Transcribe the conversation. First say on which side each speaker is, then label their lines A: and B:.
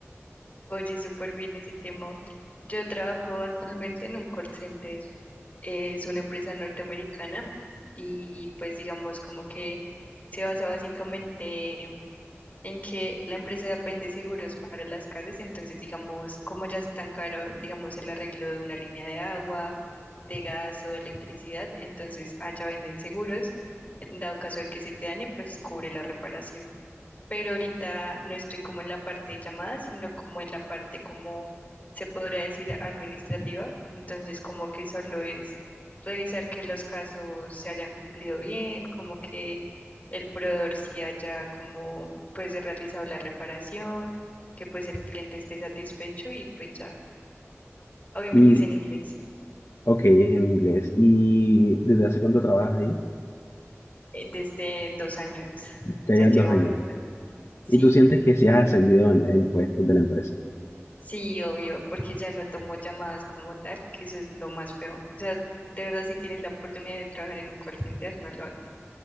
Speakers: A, on the left; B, on the left.
A: Oye, súper bien ese tema. Yo trabajo actualmente en un call center. Es una empresa norteamericana y pues digamos como que se basa básicamente en que la empresa vende seguros para las casas. Entonces, digamos, como ya es tan caro, digamos, el arreglo de una línea de agua, de gas o de electricidad, entonces allá venden seguros. En dado caso de que se te dañe, pues cubre la reparación pero ahorita no estoy como en la parte de llamadas, sino como en la parte como se podría decir administrativa. Entonces, como que solo es revisar que los casos se hayan cumplido bien, como que el proveedor sí haya como pues realizado la reparación, que pues el cliente esté satisfecho y pues ya. Obviamente
B: Y
A: es en inglés.
B: Ok, es en inglés. ¿Y desde hace cuánto trabajas ahí?
A: Eh, Desde dos años <laughs>
B: Ya
A: ya
B: llevas
A: llevo
B: dos años.
A: bastante. Sí.
B: ¿Y tú sientes que si has ascendido en, en puestos de la empresa?
A: Sí, obvio, porque ya no tomo llamadas como tal, que eso es lo más feo. O sea, de verdad, si tienes la oportunidad de trabajar en un call center, no lo hagas.